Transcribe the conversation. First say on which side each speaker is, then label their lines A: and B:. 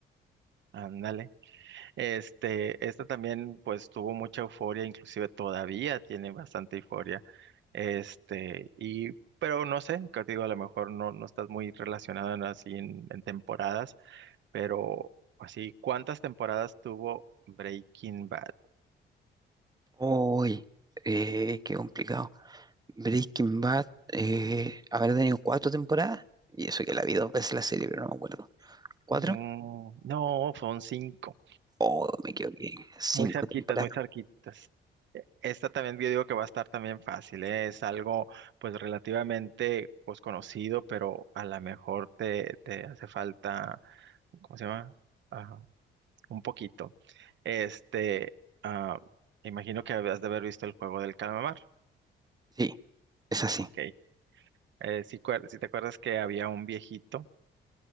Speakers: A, on the right; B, on the right.
A: ándale. Este, esta también, pues, tuvo mucha euforia, inclusive todavía tiene bastante euforia. Este, y, pero no sé, que te digo, a lo mejor no, no estás muy relacionado en, así en, en temporadas, pero así, ¿cuántas temporadas tuvo Breaking Bad?
B: Uy, eh, qué complicado. Breaking Bad eh, habrá tenido cuatro temporadas. Y eso que la vi dos veces la serie, pero no me acuerdo. ¿Cuatro?
A: Mm, no, fueron cinco.
B: Oh, me equivoqué. Cinco
A: Muy cerquitas,
B: temporadas.
A: muy cerquitas. Eh, Esta también yo digo que va a estar también fácil, ¿eh? Es algo pues relativamente pues conocido, pero a lo mejor te, te hace falta, ¿cómo se llama? Ah, un poquito. Este, ah, imagino que habías de haber visto el juego del calamar,
B: Sí, es así.
A: ¿ok? Eh, si, cuer- si te acuerdas que había un viejito